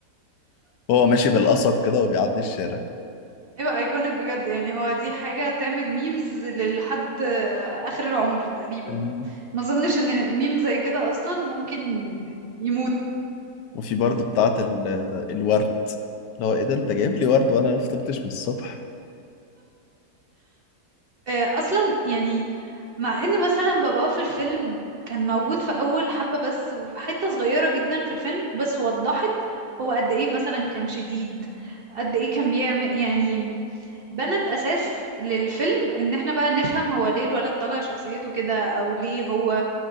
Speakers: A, on the left; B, on the right.
A: هو ماشي بالقصب كده وبيعدي الشارع
B: ايوه ايكونيك بجد يعني هو دي حاجه تعمل ميمز للحد آه، اخر العمر تقريبا
A: مم.
B: ما اظنش ان ميم زي كده اصلا ممكن يموت
A: وفي برضه بتاعة ال- الورد اللي هو ايه ده انت جايب لي ورد وانا ما فطرتش من الصبح
B: آه، اصلا يعني مع ان مثلا باباه في الفيلم كان موجود في اول حبة بس وحتة صغيرة جدا في الفيلم بس وضحت هو قد ايه مثلا كان شديد قد ايه كان بيعمل يعني بنت اساس للفيلم ان احنا بقى نفهم هو ليه الولد طالع شخصيته كده او ليه هو